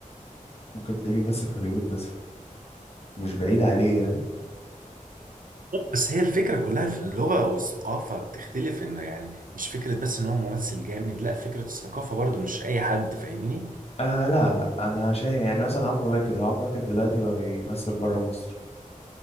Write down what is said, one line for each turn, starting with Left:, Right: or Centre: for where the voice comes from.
Left: ممكن تلاقيه بيمثل في هوليوود مثلا مش بعيد عليه يعني
Right: بس هي الفكرة كلها في اللغة والثقافة بتختلف انه يعني مش فكرة بس ان هو ممثل جامد لا فكرة الثقافة برضو مش اي حد فاهمني
Left: آه لا لا انا شايف يعني مثلا عمرو واكد هو عمرو واكد دلوقتي بقى بيمثل بره مصر